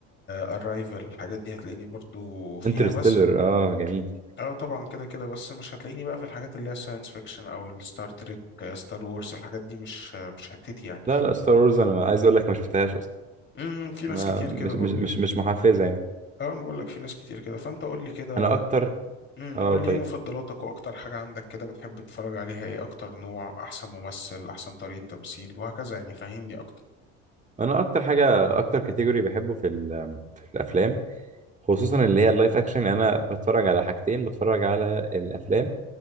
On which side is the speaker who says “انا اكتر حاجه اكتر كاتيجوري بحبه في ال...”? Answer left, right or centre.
Right